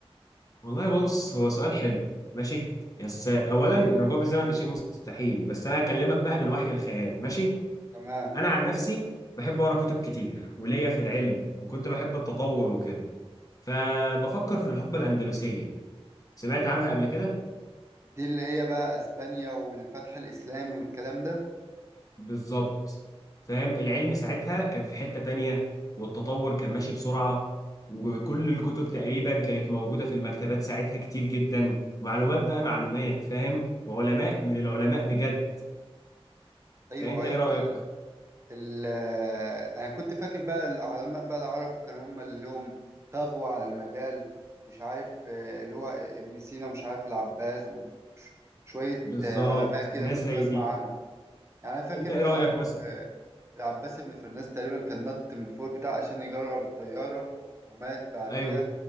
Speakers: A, on the left; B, on the right.
A: والله بص هو سؤال حلو ماشي بس اولا الرجوع بالزمن ده شيء مستحيل بس انا هكلمك بقى من وحي الخيال ماشي
B: تمام
A: انا عن نفسي بحب اقرا كتب كتير وليا في العلم وكنت بحب التطور وكده فبفكر في الحقبه الاندلسيه سمعت عنها قبل كده
B: دي اللي هي بقى اسبانيا والفتح الاسلامي والكلام ده
A: بالظبط فاهم العلم ساعتها كان في حته تانية والتطور كان ماشي بسرعه وكل الكتب تقريبا كانت موجوده في المكتبات ساعتها كتير جدا معلومات بقى معلومات فاهم وعلماء من العلماء بجد
B: ايوه
A: يعني انت
B: ايوه
A: ايه رايك
B: ال- انا كنت فاكر بقى العلماء بقى العرب كانوا هم اللي لهم طغوا على المجال مش عارف آه، اللي هو ابن سينا مش عارف العباس وشوية
A: بالظبط
B: علماء كده
A: الناس
B: كنت
A: زي
B: بسمع
A: دي
B: عنهم يعني انا فاكر
A: انت ايه
B: مش
A: رايك
B: عارف
A: مثلا
B: آه، العباس ابن فرناس تقريبا كان نط من فوق بتاع عشان يجرب الطيارة ومات بعديها
A: ايوه